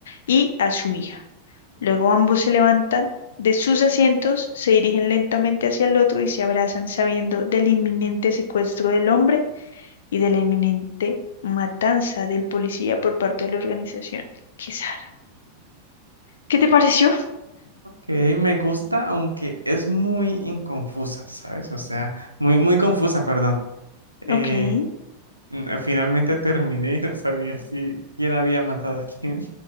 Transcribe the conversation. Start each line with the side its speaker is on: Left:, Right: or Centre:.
Left: y a su hija. Luego ambos se levantan de sus asientos, se dirigen lentamente hacia el otro y se abrazan sabiendo del inminente secuestro del hombre y de la inminente matanza del policía por parte de la organización. Qué zarra. ¿Qué te pareció?
Right: Que me gusta, aunque es muy inconfusa, ¿sabes? O sea, muy, muy confusa, perdón. Eh,
Left: Ok.
Right: mm, finalmente terminé y no sabía si quién había matado a quién.